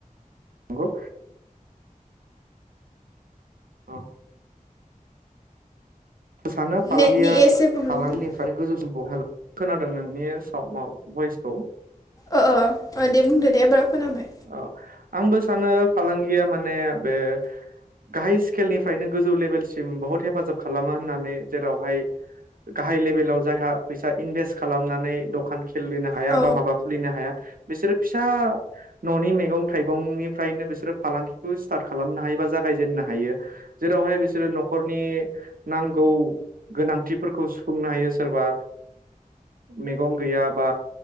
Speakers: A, on the right; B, on the left.
A: गौ औ। सानो फालांगिया
B: नेटनि एसे प्रब्लेम
A: फालांगिनिफ्रायनो
B: जादों
A: गोजौसिमबाव हानो खोनादों नोंनि स भ- भइसखौ। <inaudible>
B: ओ ओ ओ दे बुंदो दे एबार खोनाबाय
A: ओ आंबो सानो फालांगिया माने बे गाहाय स्किलनिफ्रायनो गोजौ लेभेलसिम बहुत हेफाजाब खालामो होननानै जेरावहाय गाहाय लेभेलाव जायहा फैसा इनभेस्ट खालामनानै दखान खेललेनो हाया
B: औ
A: बा माबा खुलिनो हाया बिसोरो दा न'नि मैगं थाइगंनिफ्रायनो बिसोरो फालांगिखौ स्टार्ट खालामनो हायो बा जागायजेेननो हायो। जेरावहाय बिसोरो न'खरनि नां गौ गोनांथिफोरखौ सुफुंनो हायो सोरबा मैगं गैया बा